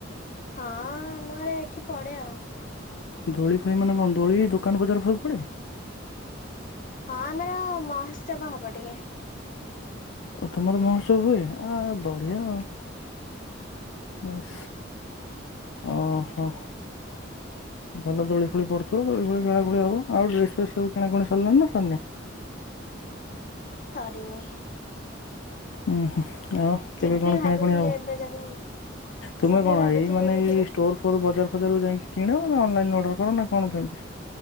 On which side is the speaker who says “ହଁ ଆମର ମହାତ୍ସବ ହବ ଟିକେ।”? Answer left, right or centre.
Left